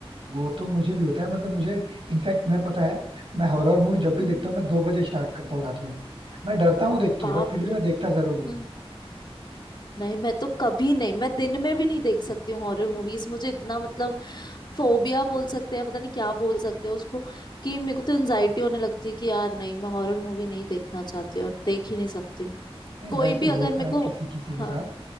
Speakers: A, on the right; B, on the left.
A: वो तो मुझे भी होता है मतलब मुझे इनफैक्ट मैं पता है मैं हॉरर मूवी जब भी
B: हम्म
A: देखता हूँ मैं दो बजे स्टार्ट करता हूँ रात में मैं डरता हूँ देख के
B: बाप
A: बट फिर भी
B: रे
A: मैं देखता जरूर हूँ
B: हम्म नहीं मैं तो कभी नहीं मैं दिन में भी नहीं देख सकती हूँ हॉरर मूवीज मुझे इतना मतलब फोबिया बोल सकते हैं पता नहीं क्या बोल सकते हैं उसको कि मेरे को तो एनजाइटी होने लगती है कि यार नहीं मैं हॉरर मूवी नहीं देखना चाहती और देख ही नहीं सकती हूँ।
A: नहीं
B: कोई
A: वैसे
B: भी
A: होता
B: अगर मेरे
A: है
B: को
A: किसी किसी के
B: हाँ
A: साथ